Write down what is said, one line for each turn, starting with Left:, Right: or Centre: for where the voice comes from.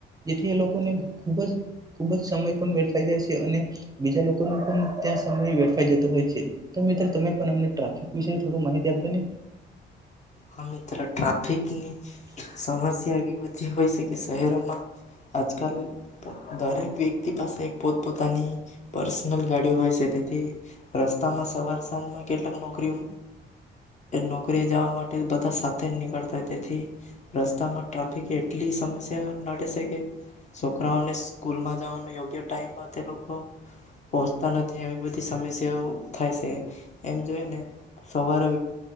Right: જેથી એ લોકોને ખૂબ જ ખુબ જ સમય પણ મેળફાઈ જાય છે અને બીજા લોકો પણ ત્યાં સમય વેડફાઈ જતો હોય છે, તો મિત્ર તમે પણ અમને ટ્રાફિક વિશે થોડું માહિતી આપજો ને?
Left: હા મિત્ર ટ્રાફિકની સમસ્યા એવી બધી હોય છે કે શહેરોમાં. આજકાલ દરેક વ્યક્તિ પાસે પોતપોતાની. પર્સનલ ગાડી હોય છે તેથી રસ્તામાં સવાર સાંજમાં કેટલાક નોકરી નોકરી જવા મા એ બધા સાથે જ નીકળતા હો તેથી રસ્તામાં ટ્રાફિક એટલી સમસ્યા નડે છે કે છોકરાઓને સ્કૂલમાં જવાનું યોગ્ય ટાઈમમાં તે લોકો પહોંચતા નથી, એવી બધી સમસ્યાઓ થાય છે એમ જોઈને સવારે